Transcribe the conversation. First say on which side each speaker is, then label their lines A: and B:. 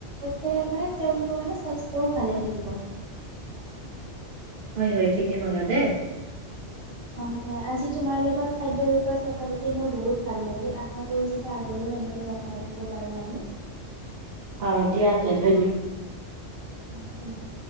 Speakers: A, on the right; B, on the right.
A: তে মানে তেওঁলোকৰ মানে স্বাস্থ্যও ভালে থাক কিব
B: হয়-হয় ঠিকেই কলা দেই
A: অ, হয় আজি তোমাৰ লগত খাদ্যৰ ওপৰত কথা পাতি মোৰ বহুত ভাল লাগিল। আশা কৰো যে আগলৈ এনেকে কথা পাতিব পাৰোঁ আমি
B: অ, দিয়াতে ধন্য
A: অ, ধন্যবাদ